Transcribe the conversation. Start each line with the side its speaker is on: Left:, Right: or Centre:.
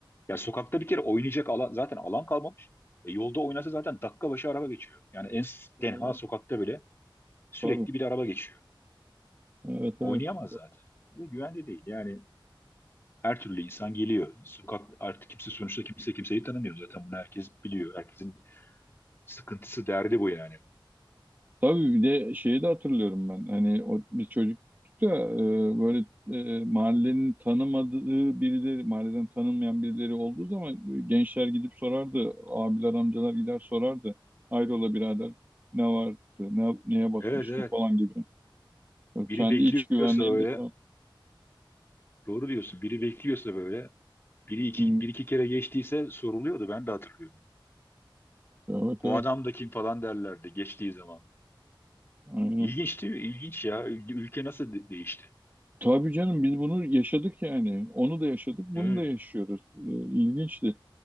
Left: Ya sokakta bir kere oynayacak alan zaten alan kalmamış. E, yolda oynasa zaten dakika başı araba geçiyor. Yani en s-
Right: Tabii.
Left: tenha sokakta bile sürekli
Right: Tabii.
Left: bir araba geçiyor.
Right: Evet
Left: Oynayamaz
Right: evet.
Left: zaten. Ve güvende değil. Yani her türlü insan geliyor. Sokak artık kimse sonuçta kimse kimseyi tanımıyor zaten. Bunu herkes biliyor. Herkesin sıkıntısı, derdi bu yani.
Right: Tabii bir de şeyi de hatırlıyorum ben. Hani o, biz çocuktuk da e, böyle e, mahallenin tanımadığı birileri, mahalleden tanınmayan birileri olduğu zaman e, gençler gidip sorardı. Abiler, amcalar gider sorardı. Hayrola birader ne vardı, ne, neye bakmıştın
Left: Evet evet.
Right: falan gibi. Ya
Left: Biri
Right: kendi
Left: bekliyorsa
Right: iç güvenliğini
Left: böyle
Right: de sağ.
Left: doğru diyorsun. Biri bekliyorsa böyle biri iki,
Right: Hı.
Left: bir iki kere geçtiyse soruluyordu. Ben de hatırlıyorum.
Right: Evet
Left: Bu
Right: evet.
Left: adam da kim falan derlerdi geçtiği zaman.
Right: Aynen.
Left: İlginç değil mi? İlginç ya. Ül- Ülke nasıl de- değişti?
Right: Tabii canım biz bunu yaşadık yani. Onu da yaşadık, bunu
Left: Evet.
Right: da yaşıyoruz. E, İlginçti.